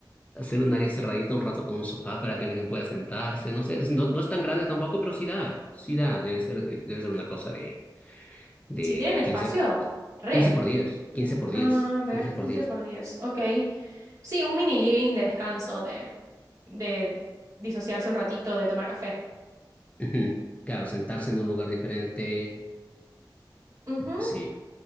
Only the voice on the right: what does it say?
Si tienen espacio,
re.
A ver,
quince
por diez ok. Sí, un mini living de descanso, de, de disociarse un ratito, de tomar café.
Ujú.